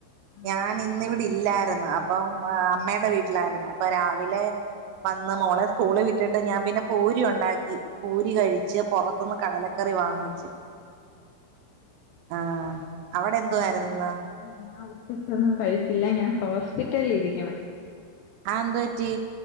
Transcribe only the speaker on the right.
ഞാനിന്നിവിടെ ഇല്ലാര്ന്ന് അപ്പം അമ്മേടെ വീട്ടിലായിരുന്നു അപ്പ രാവിലെ വന്ന് മോളെ സ്കൂള് വിട്ടിട്ട് ഞാൻ പിന്നെ പൂരി ഉണ്ടാക്കി പൂരി കഴിച്ച് പൊറത്തുന്ന് കടല ക്കറി വാങ്ങിച്ച് ആഹ് അവിടെ എന്തുവായിരുന്നു
ഇന്ന്
ആഹ് എന്തുപറ്റി